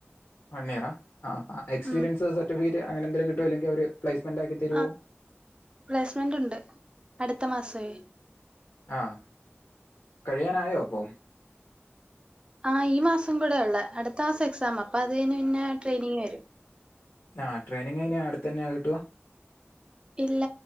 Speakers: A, on the left (about 65°); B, on the right (about 25°).
A: വൺ ഇയറ ആഹ് ആഹ് എക്സ്പീരിയൻസ്
B: ഉം
A: സർട്ടിഫിക്കറ്റ് അങ്ങനെ എന്തേങ്കിലും കിട്ടുവോ ഇല്ലെങ്കിൽ അവര് പ്ലസ്മെന്റ് ആക്കി തരുവോ
B: ആ പ്ലേസ്മെന്റ് ഉണ്ട് അടുത്ത മാസമേ
A: ആഹ് കഴിയാനായോ അപ്പോ?
B: ആഹ് ഈ മാസം കൂടെ ഉള്ളു അടുത്ത മാസം എക്സാം അപ്പൊ അത് കഴിഞ്ഞ് പിന്നെ ട്രെയിനിങ്ങിന് വരും.
A: ആഹ് ടെയിനിങ്ങ് എങ്ങനെയാ അടുത്ത് തന്നെയാ കിട്ടുക.
B: ഇല്ല